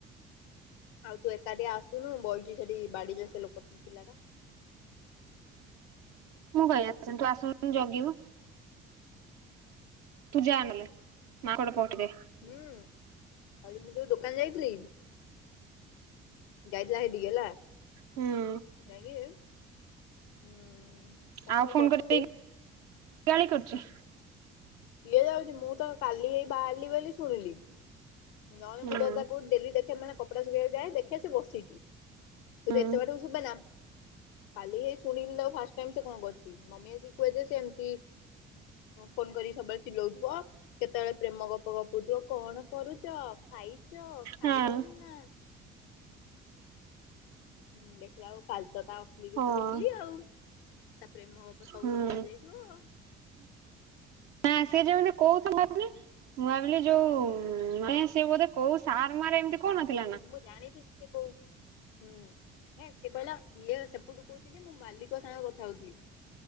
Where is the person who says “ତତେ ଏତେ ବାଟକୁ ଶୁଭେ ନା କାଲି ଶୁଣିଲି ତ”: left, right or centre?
Left